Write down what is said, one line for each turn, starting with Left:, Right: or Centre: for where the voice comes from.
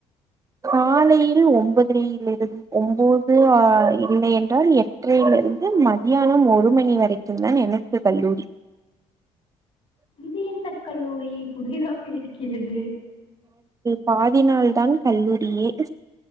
Right: காலையில் ஒன்பதரையிலிரு ஒன்பது ஆஹ் இல்லையென்றால் எட்டையிலிருந்து மத்தியானம் ஒரு மணி வரைக்கும் தான் எனக்கு கல்லூரி
Left: இது என்ன கல்லூரி புதிதா இருக்கிறது
Right: பாதினால் தான் கல்லூரியே